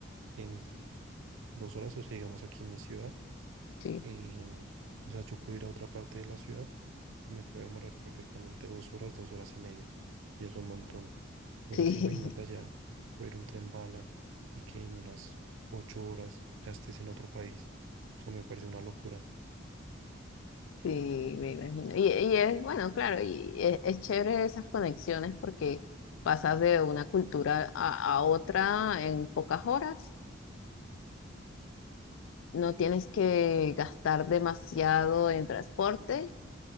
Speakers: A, on the right (about 75°); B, on the left (about 75°).
A: en dos horas, o sea, digamos aquí en mi ciudad,
B: sí,
A: em, o sea, yo puedo ir a otra parte de la ciudad y me puedo demorar perfectamente dos horas, dos horas y media, y es un montón. Entonces,
B: <laughs> sí,
A: imagínate allá, coger un tren bala y que en unas ocho horas ya estés en otro país, o sea, me parece una locura.
B: sí, me imagino. Y, y es, bueno, claro, y es, es chévere esas conexiones porque pasas de una cultura a, a otra en pocas horas no tienes que gastar demasiado en transporte